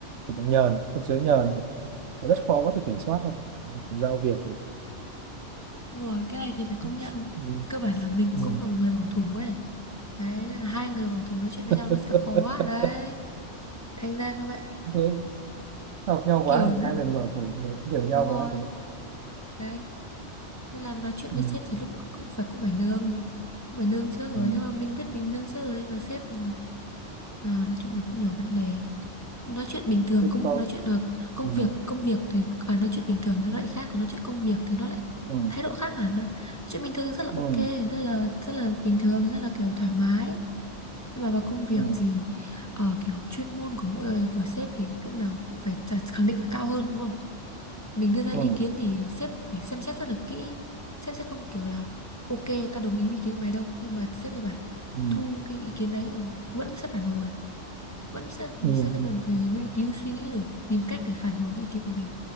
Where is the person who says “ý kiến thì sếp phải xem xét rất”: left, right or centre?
Left